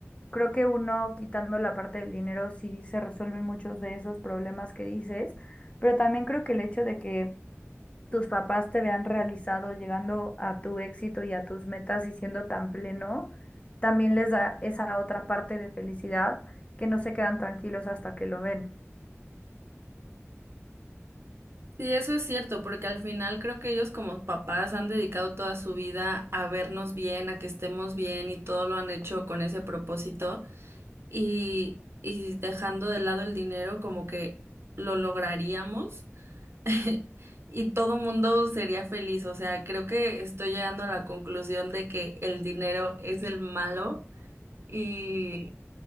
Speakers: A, on the left; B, on the right.
A: creo que uno quitando la parte del dinero sí se resuelven muchos de esos problemas que dices, pero también creo que el hecho de que tus papás te vean realizado llegando a tu éxito y a tus metas y siendo tan pleno, también les da esa otra parte de felicidad que no se quedan tranquilos hasta que lo ven.
B: Sí, eso es cierto, porque al final creo que ellos como papás han dedicado toda su vida a vernos bien, a que estemos bien y todo lo han hecho con ese propósito y, y dejando de lado el dinero como que lo lograríamos. <laughs> Y todo mundo sería feliz. O sea, creo que estoy llegando a la conclusión de que el dinero es el malo y,